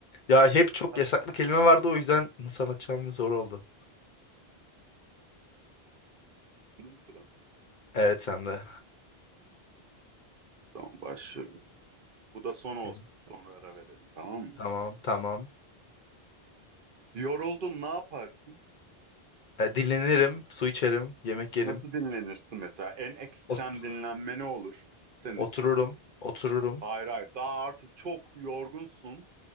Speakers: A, on the left (about 55°); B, on the right (about 60°).
A: Ya hep çok
B: Hadi.
A: yasaklı kelime vardı o yüzden nasıl anlatacağım zor oldu.
B: Benim sıram.
A: Evet sen de.
B: Tamam başlıyorum. Bu da son olsun.
A: Okey.
B: Sonra ara verelim tamam mı?
A: Tamam tamam.
B: Yoruldun ne yaparsın?
A: E, dinlenirim, su içerim, yemek yerim.
B: Nasıl dinlenirsin mesela? En ekstrem
A: Ot-
B: dinlenme ne olur senin
A: otururum,
B: için?
A: otururum.
B: Hayır hayır. Daha artık çok yorgunsun.